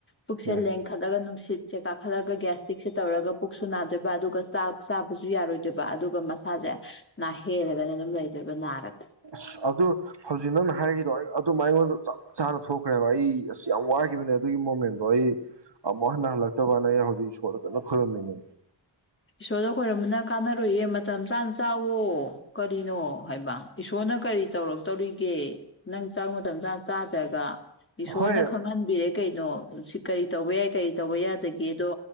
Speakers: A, on the left; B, on the right.
A: ꯄꯨꯛꯆꯦ
B: ꯎꯝ
A: ꯂꯦꯡꯈꯠꯂꯒ ꯅꯨꯡꯁꯤ ꯁꯦ ꯀꯥꯈꯠꯂꯒ ꯒ꯭ꯌꯥꯁꯇꯤꯛꯁꯦ ꯇꯧꯔꯒ ꯄꯨꯛꯁꯨ ꯅꯥꯗꯣꯏꯕ ꯑꯗꯨꯒ ꯆꯥꯛ ꯆꯥꯕꯖꯨ ꯌꯥꯔꯣꯏꯗꯣꯏꯕ ꯑꯗꯨꯒ ꯃꯁꯥꯖꯦ ꯅꯥꯍꯦꯔꯒꯅ ꯑꯗꯨꯝ ꯂꯩꯗꯣꯏꯕ ꯅꯥꯔꯒ
B: ꯑꯁ ꯑꯗꯨ ꯍꯧꯖꯤꯛ ꯅꯪꯅ ꯍꯥꯏꯒꯤꯗꯣ ꯑꯩ ꯑꯗꯨꯝ ꯑꯩꯉꯣꯟꯗ ꯆꯞ ꯆꯥꯅ ꯊꯣꯛꯈ꯭ꯔꯦꯕ ꯑꯩ ꯑꯁ ꯌꯥꯝ ꯋꯥꯒꯤꯕꯅꯦ ꯑꯗꯨꯒꯤ ꯃꯣꯃꯦꯟꯗꯣ ꯑꯩ ꯑꯃꯨꯛ ꯍꯟꯅ ꯍꯜꯂꯛꯇꯕꯅ ꯑꯩ ꯍꯧꯖꯤꯛ ꯏꯁꯣꯔꯗ ꯀꯟꯅ ꯈꯨꯔꯝꯃꯤꯅꯦ
A: ꯏꯁꯣꯔꯗ ꯈꯣꯏꯔꯝꯕꯅ ꯀꯥꯟꯅꯔꯣꯏꯌꯦ ꯃꯇꯝ ꯆꯥꯅ ꯆꯥꯋꯣ ꯀꯔꯤꯅꯣ ꯍꯥꯏꯃ ꯏꯁꯣꯔꯅ ꯀꯔꯤ ꯇꯧꯔꯛꯇꯧꯔꯤꯒꯦ ꯅꯪ ꯆꯥꯛ ꯃꯇꯝ ꯆꯥꯅ ꯆꯥꯗ꯭ꯔꯒ ꯏꯁꯣꯔꯅ
B: ꯍꯣꯏ
A: ꯈꯪꯍꯟꯕꯤꯔꯦ ꯀꯩꯅꯣ ꯁꯤ ꯀꯔꯤ ꯇꯧꯕ ꯌꯥꯏ ꯀꯔꯤ ꯇꯧꯕ ꯌꯥꯗꯒꯦꯗꯣ